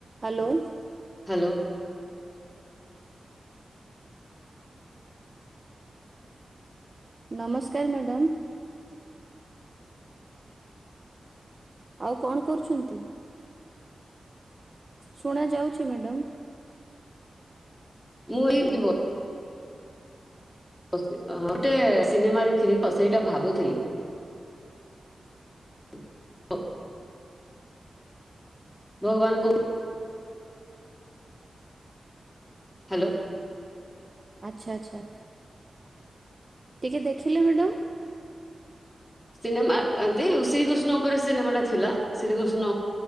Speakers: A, on the right; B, in the centre.
A: Hello.
B: Hello.
A: ନମସ୍କାର madam. ଆଉ କଣ କରୁଛନ୍ତି? ଶୁଣା ଯାଉଛି ମ୍ୟାଡାମ?
B: ମୁଁ ଏଇ। <unintelligible> <unintelligible> ଗୋଟେ ସିନେମା ଦେଖିଲି ତ ସେଇଟା ଭାବୁଥିଲି। <unintelligible> ଭଗବାନଙ୍କୁ ହାଲୋ।
A: ଆଚ୍ଛା ଆଚ୍ଛା ଟିକେ ଦେଖିଲେ ମ୍ୟାଡାମ?
B: ସିନେମା ଏମତି ଶ୍ରୀକୃଷ୍ଣ ଉପରେ ସିନେମାଟା ଥିଲା ଶ୍ରୀକୃଷ୍ଣ